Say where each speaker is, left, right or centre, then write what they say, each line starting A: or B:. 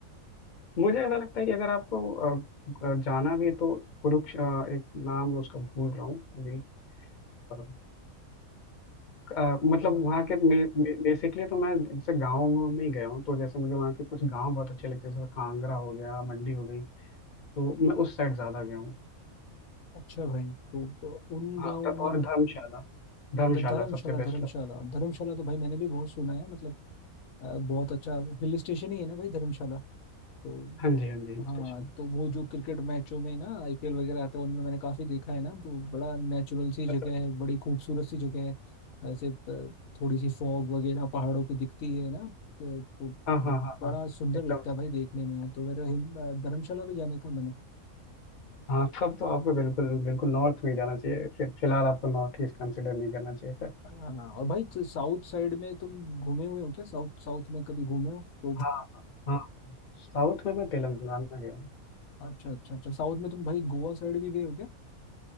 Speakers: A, on the left; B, on the left.
A: मुझे ऐसा लगता है कि अगर आपको अ, अ, जाना भी है तो कुरुक्ष अ, एक नाम मैं उसका भूल रहा हूँ अभी अ, अ, मतलब
B: कौन
A: वहाँ के बेसिकली तो मैं जैसे गाँव में ही गया हूँ तो जैसे मुझे वहाँ के कुछ गाँव बहुत अच्छे लगते हैं जैसे कांगड़ा हो गया मंडी हो गई तो मैं उस साइड ज्यादा गया हूँ
B: अच्छा भाई तो तो उन
A: हाँ
B: गाँवों
A: त-
B: में
A: और धर्मशाला धर्मशाला
B: अच्छा धर्मशाला
A: सबसे बेस्ट
B: धर्मशाला
A: लगा
B: धर्मशाला तो भाई मैंने भी बहुत सुना है मतलब अ, बहुत अच्छा हिल स्टेशन ही है ना भाई धर्मशाला तो
A: हाँ जी हाँ जी हिल
B: हाँ
A: स्टेशन
B: तो वो जो क्रिकेट मैचों में ना आईपीएल वगैरह आते हैं उनमें मैंने काफी देखा है ना तो बड़ा नेचुरल सी
A: अच्छा
B: जगह है बड़ी खूबसूरत सी जगह है ऐसे अ, थोड़ी सी फॉग वगैरह पहाड़ों पे दिखती है ना तो तो
A: हाँ हाँ हाँ
B: बड़ा
A: हाँ
B: सुंदर
A: एकदम
B: लगता
A: सही
B: है भाई
A: एकदम
B: देखने में यार तो मेरा हिम- अ, धर्मशाला भी जाने का मन है
A: हाँ तब तो आपको बिल्कुल बिल्कुल नॉर्थ में ही जाना चाहिए फिर फिलहाल आपको नॉर्थ ईस्ट कंसिडर नहीं करना चाहिए फिर
B: हाँ और भाई तो साउथ साइड में तुम घूमे हुए हो क्या साउथ साउथ में कभी घूमे हो तो
A: हाँ हाँ साउथ में मैं तेलंगाना गया हूँ
B: अच्छा अच्छा अच्छा साउथ में तुम भाई गोवा साइड भी गए हो